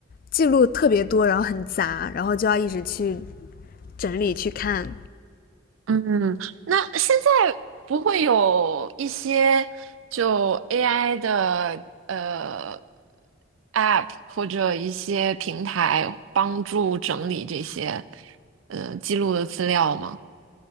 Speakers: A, on the left (about 45°); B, on the right (about 85°).
A: 记录特别多，然后很杂，然后就要一直去整理去看。
B: 嗯，那现在不会有一些就 AI 的呃 App 或者一些平台帮助整理这些呃记录的资料吗？